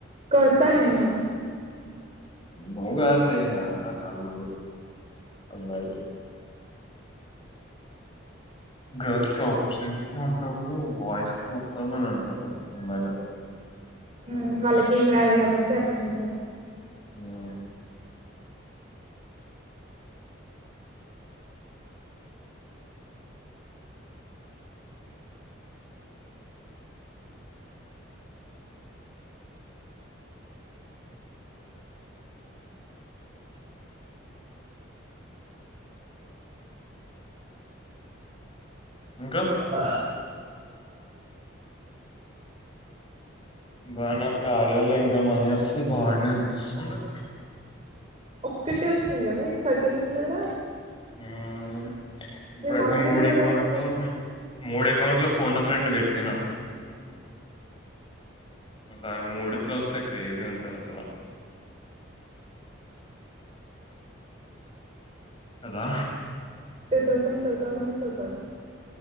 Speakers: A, on the right (about 30°); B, on the left (about 25°).
A: కొడ్తా నిన్ను
B: నువ్ కాదులే అంటరు చాల్ మంది అమ్మాయిలు గర్ల్స్ కి ఆపర్చునిటీస్ ఏ ఉండవు బాయ్స్ కె మొత్తామని అంటరు అమ్మాయిలైతే
A: మ్ వాళ్ళకేమి రాదు కాబట్టి అట్లా అంటరు
B: ఆ ఇంకా
A: ఆ
B: బా నాకు కార్యలో ఇంకా మనీ వస్తే బాగుండే అనిపిస్తుంది.
A: ఒక్కటే వచ్చినాయి కదా నీకు థర్టీన్ హండ్రెడా?
B: మ్మూ ఇప్పుడు అయితే
A: మమ్మీది
B: మూడు
A: కూడా
B: అకౌంట్
A: ఒకసారి
B: లో
A: చూ
B: మూడే అకౌంట్ లో ఫోన్ ఎ ఫ్రెండ్ పెట్టినా ఉమ్ దాని మూడిట్లో వస్తే క్రేజీ ఉంటది అసల కదా
A: two thousand two thousand two thousand